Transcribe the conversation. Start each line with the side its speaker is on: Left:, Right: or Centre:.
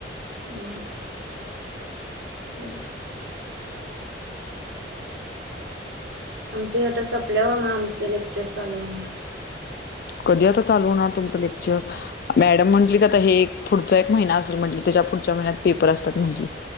Right: हम्म हम्म. चाल आमचं हे आता सपल्यावर मग आमचं लेक्चर चालू होणार.
Left: कधी आता चालू होणार तुमचं लेक्चर? मॅडम म्हटलीत आता हे एक पुढचा एक महिना असल म्हणली, त्याच्या पुढच्या महिन्यात पेपर असतात म्हणली.